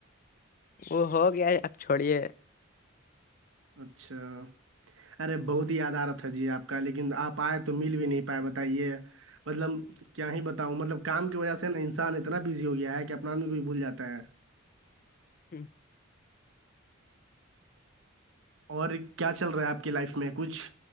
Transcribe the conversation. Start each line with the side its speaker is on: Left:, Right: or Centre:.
Left: وہ ہو گیا ہے آپ چھوڑیے
Right: اچھا ارے بہت ہی یاد آ رہت ہے جی آپ کا لیکن آپ آئے تو مل بھی نہیں پائے بتائیے مطلب کیا ہی بتاؤں مطلب کام کی وجہ سے نا انسان اتنا بزی ہو گیا ہے کہ اپنا آدمی کو بھی بھول جاتا ہے
Left: ہی
Right: اور کیا چل رہا ہے آپ کی لائف میں کچھ